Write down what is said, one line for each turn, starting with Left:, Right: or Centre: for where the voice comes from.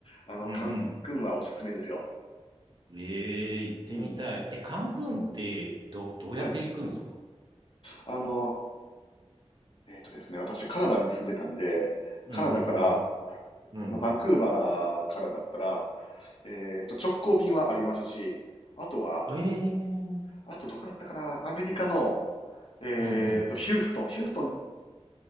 Left: あの、
Right: うんうん
Left: カンクンはおすすめですよ。
Right: ええ行ってみたい。
Left: うん。
Right: え、カンクンってど、どうやって行くんですか
Left: はい。あの、えっとですね、私カナダに住んでたんで、
Right: うんうん
Left: カナダから、
Right: うん。うん。
Left: あのバンクーバーからだったら、えっと、直行便はありますし、あとは、
Right: ええうん
Left: あとどこだったかなアメリカの、えっと、
Right: うん。
Left: ヒューストン、ヒューストン